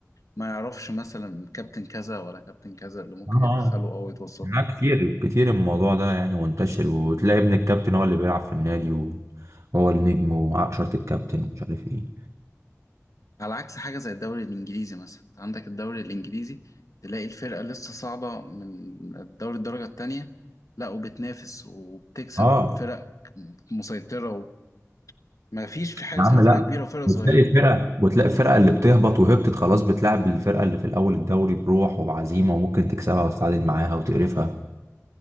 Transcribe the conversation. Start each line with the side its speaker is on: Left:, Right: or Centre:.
Left: ما يعرفش مثلا كابتن كذا ولا كابتن كذا اللي ممكن
Right: آه.
Left: يدخله او يتوسط
Right: لا
Left: له
Right: كتير كتير الموضوع ده يعني منتشر وتلاقي ابن الكابتن هو اللي بيلعب في النادي وهو النجم وعقشرة الكابتن ومش عارف ايه
Left: على عكس حاجه زي الدوري الانجليزي مثلا أنت عندك الدوري الانجليزي تلاقي الفرقه لسه صاعده من الدوري الدرجه التانية لا وبتنافس وبتكسب
Right: اه
Left: فرق مسيطره وما فيش في حاجه
Right: يا
Left: اسمها
Right: عم
Left: فرقه
Right: لا
Left: كبيره وفرقه
Right: وتلاقي
Left: صغيره
Right: فرقه وتلاقي الفرقه اللي بتهبط وهبطت خلاص بتلعب الفرقه اللي في الاول الدوري بروح وبعزيمه وممكن تكسبها وتتعادل معاها وتقرفها